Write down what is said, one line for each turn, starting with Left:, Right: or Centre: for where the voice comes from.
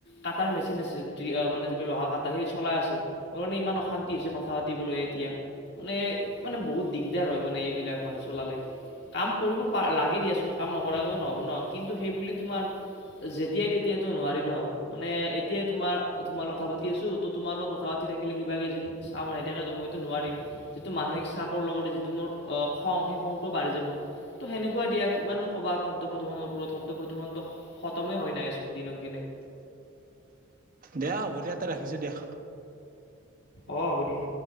Left: কাটাৰ মেচিন আছে য মানে যিব লহা কাটা সেই চলাই আছে মোৰ মানে ইমান অশান্তি হৈছে কথা পাতিবলৈ এতিয়া মানে মানে বহুত দিগদাৰ হয় মানে এইবিলাক মানে চলালে কাম কৰিব লাগে দিয়াচোন কাম নকৰাকো নহ'ব ন কিন্তু সেই বুলি তোমাৰ যেতিয়া তেতিয়াটো নোৱাৰি ন মানে এতিয়াই তোমাৰ তোমাৰ কথা পাতি আছো ত তোমালোক কথা পাতি থাকিলে সিভাগে যেন ছাউণ্ড নাইথাকে মইতো নোৱাৰিম যিটো মানসিক চাপৰ লগতে যিটো মোৰ খং সেই খংটোও বাঢ়ি যাব তো সেনেকুৱাই দিয় কিমান ক'বা আৰু শব্দ প্ৰদূষণৰ ওপৰত শব্দ প্ৰদূষণটো খতমেই হয় নাহেচোন দিনক দিনে
Right: দেয়া হ'ব দেয়া ত ৰাখিছো দিয়া
Left: অঁ হ'ব দিয়া।